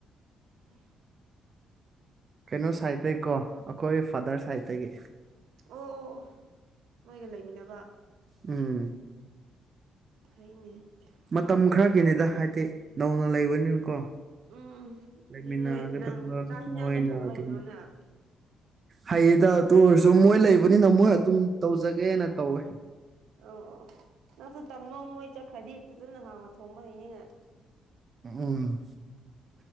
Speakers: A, on the right; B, on the right.
A: ꯍ
B: ꯀꯩꯅꯣ ꯁꯥꯏꯗꯇꯩꯒꯤꯀꯣ ꯑꯩꯈꯣꯏ ꯐꯥꯗꯔ ꯁꯥꯏꯗꯇꯒꯤ
A: ꯑꯣ ꯑꯣ ꯑꯣ ꯃꯣꯏꯒ ꯂꯩꯃꯤꯟꯅꯕ
B: ꯎꯝ
A: ꯑꯩꯈꯥꯏꯩꯅ
B: ꯃꯇꯝ ꯈꯔꯒꯤꯅꯤꯗ ꯍꯥꯏꯗꯤ ꯅꯧꯅ ꯂꯩꯕꯅꯤꯅꯀꯣ
A: ꯎꯝ
B: ꯂꯩꯃꯤꯅꯒꯦ
A: ꯑꯗꯩ ꯅꯣꯏ ꯅꯪ ꯆꯥꯛ ꯍꯤꯟꯖꯥꯡꯗꯤ
B: ꯊꯣꯏꯅ
A: ꯊꯣꯡꯕ
B: ꯑꯗꯨ
A: ꯍꯩꯕ꯭ꯔꯣ ꯅꯪ
B: ꯍꯌꯦꯗ ꯑꯗꯨ ꯑꯣꯏꯔꯁꯨ ꯃꯣꯏ ꯂꯩꯕꯅꯤꯅ ꯃꯣꯏ ꯑꯗꯨꯝ ꯇꯧꯖꯒꯦꯅ ꯇꯧꯋꯦ
A: ꯑꯣ ꯑꯣ ꯅꯪꯁꯨ ꯇꯝꯃꯣ ꯃꯣꯏ ꯆꯠꯈ꯭ꯔꯗꯤ ꯐꯖꯅ ꯍꯥꯡꯕ ꯊꯣꯡꯕ ꯍꯩꯅꯤꯅ
B: ꯎꯝ